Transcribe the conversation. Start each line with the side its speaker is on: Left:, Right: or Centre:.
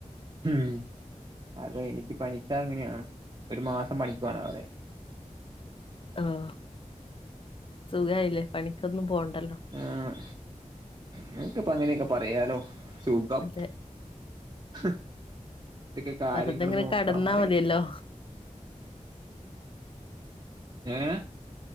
Right: ഉം. അതെ എനിക്ക് പനിച്ചാ അങ്ങനെയാ, ഒരു മാസം പണിക്കോവാനാവൂലേ.
Left: ആഹ് സുഖായില്ലേ പണിക്കൊന്നും പോണ്ടല്ലോ.
Right: ആഹ് നിങ്ങക്കിപ്പ അങ്ങനെയൊക്കെ പറയാലോ. സുഖം.
Left: അതെ
Right: ഹ് <unintelligible> കാര്യങ്ങള്
Left: വെറുതെങ്ങനെ
Right: നോക്കണന്നറിയോ.
Left: കെടന്നാ മതിയല്ലോ
Right: ഏഹ്